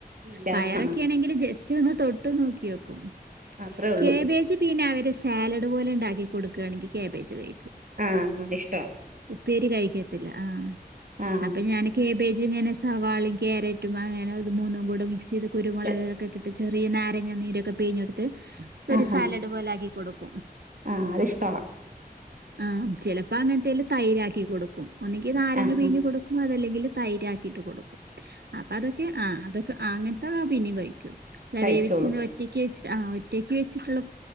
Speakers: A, on the right; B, on the right.
A: ഇല്ല
B: പയറൊക്കൊയാണെങ്കിൽ
A: ആ
B: ജസ്റ്റ് ഒന്ന് തൊട്ട് നോക്യോക്കും
A: അത്രേ ഉള്ളൂ
B: കേബേജ് പിന്നെ അവര് സാലഡ് പോലെ ഉണ്ടാക്കി കൊടുക്കണെങ്കിൽ കേബേജ് കഴിക്കും
A: ആ ഇഷ്ടവാ
B: ഉപ്പേരി കഴിക്കത്തില്ല ആഹ്
A: ആഹ്
B: അപ്പൊ
A: ആഹ്
B: ഞാൻ കേബേജ് ഇങ്ങനെ സവാളും കാരറ്റും അങ്ങനെ അത് മൂന്നും കൂടെ മിക്സ് ചെയ്ത് കുരുമുളകൊക്കെ
A: ആ
B: കി ചെറിയ നാരങ്ങ നീരൊക്കെ പീഴ്ഞ്ഞെടുത്ത് ഒരു
A: ആഹാ
B: സാലഡ് പോലെ ആക്കി കൊടുക്കും
A: ആഹ് അത്ഷ്ട
B: ആഹ് ചിലപ്പോ അങ്ങനത്തെല് തൈരാക്കി കൊടുക്കും ഒന്നുങ്കിൽ നാരങ്ങ
A: ആഹ്
B: പീഴ്ഞ്ഞ് കൊടുക്കും അതല്ലെങ്കിൽ തൈരാക്കിട്ട് കൊടുക്കും അപ്പ അതൊക്കെ ആ അതൊക്കെ അങ്ങ തൊക്ക പിന്നെയും കഴിക്കും നല്ല
A: കഴിച്ചോളും
B: വേവിച്ചി കിട്ക്കേറ്റ് സ് ആ ഒറ്റയ്ക്ക് വെച്ചിട്ടുള്ള